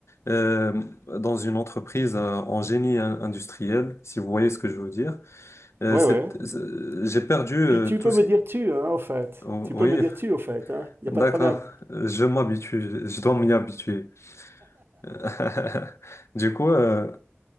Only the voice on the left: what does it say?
euh, dans une entreprise euh, en génie in- industriel, si vous voyez ce que je veux dire. Euh,
c'est-
c'est- j'ai perdu euh,
tout
ce...
Oh,
oui,
d'accord,
Euh, je m'habitue, je je dois m'y habituer. <laughs> Du coup, euh,